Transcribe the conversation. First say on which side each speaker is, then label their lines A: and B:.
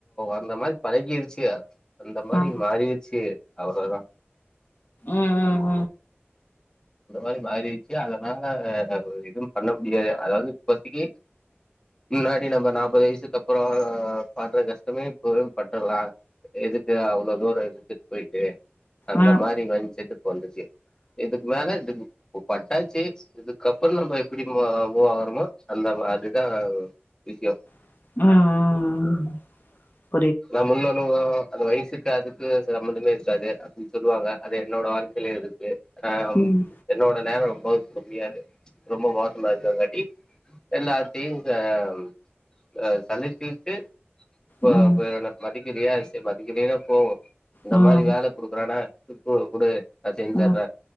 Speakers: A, on the left; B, on the left.
A: அந்த மாரி பழகிடுச்சி அந்த மாரி
B: ம்
A: மாறிச்சு அவ்ளோ தா
B: ம் ம்
A: அந்த மாரி மாறிடுச்சு அதனால எதும் பண்ண முடியாது அதாவது இப்போத்திக்கு இல்ல எப்பிடி நம்ப நாப்பது வயசுக்கு அப்புறம் பாத்த கஷ்டமே இப்பவும் பட்றலாம் எதுக்கு அவ்ளோ தூரம் எதுக்கு போயிட்டு அந்த
B: ம் ம்
A: மாரி மைன்செட்டு வந்துச்சி எதுக் மேல இதுக்கு பட்டாச்சி இதுக்கப்புறம் நம்ப எப்டி மூவாகறோமோ அந்த அதுதான் விஷியம்
B: ம் ம் ம்
A: நா முன்னால ஒ அந்த வயசுக்கு அதுக்கு சம்மந்தமே இருக்காது அப்பிடி சொல்லுவாங்க அது என்னோட வாழ்க்கையிலே இருக்கு ஆம்
B: ம்
A: என்னோட நேரம் ரொம்போ கம்மியாது ரொம்ப மோசமா இருக்கதாங்காட்டி எல்லாத்தையும் ஆ சழிச்சிக்கிட்டு போ
B: ம்
A: மதிக்கிறியா சரி மதிக்கலீனா போ இந்த
B: ம்
A: மாரி வேல குடுக்கறானா இப்போ குடு நா செஞ்சர
B: ம்